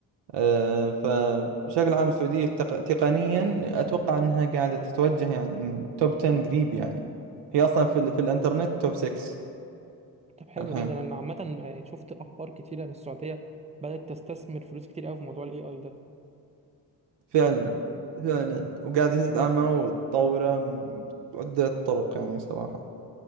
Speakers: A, on the right; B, on the right.
A: آه، فبشكل عام السعودية التق... تقنيا أتوقع إنها قاعدة تتوجه يعني توب 10 قريب يعني هي أصلا في, ال... في الإنترنت توب 6
B: طب حلو
A: الحين
B: جدا انا عامه يعني شفت اخبار كتير عن السعوديه بدات تستثمر فلوس كتير قوي في موضوع الاي اي ده
A: فعلا فعلا وقاعدة تدعمه وتطوره من عدة طرق يعني صراحة